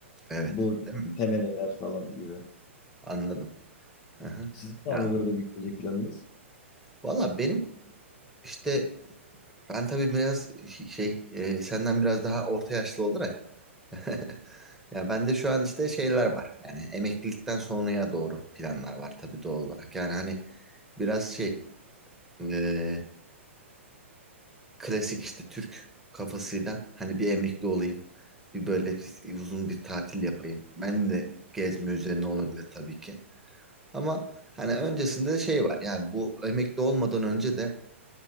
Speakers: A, in the centre; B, on the left.
A: Evet.
B: Bu
A: Değil mi?
B: tenereler falan gibi.
A: Anladım. Hı
B: Sizin var
A: Ya
B: mı böyle bir gelecek planınız?
A: valla benim işte ben tabii biraz şey e, senden biraz daha orta yaşlı olarak <laughs> ya bende şu an işte şeyler var. Yani emeklilikten sonraya doğru planlar var tabii doğal olarak. Yani hani biraz şey e, klasik işte Türk kafasıyla hani bir emekli olayım. Bir böyle bir- uzun bir tatil yapayım. Ben de gezme üzerine olabilir tabii ki. Ama hani öncesinde şey var yani bu emekli olmadan önce de